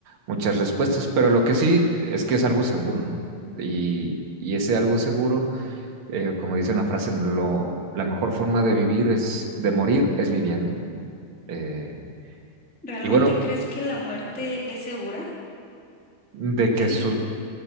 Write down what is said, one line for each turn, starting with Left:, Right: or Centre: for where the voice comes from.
Right: muchas respuestas, pero lo que sí es que es algo seguro, ¿no? Y, y ese algo seguro, eh, como dice una frase, lo, la mejor forma de vivir es, de morir es viviendo, ¿no? Eh,
Centre: ¿Realmente
Right: y bueno,
Centre: crees que la muerte es segura?
Right: de
Centre: Yo
Right: que
Centre: dif-
Right: su...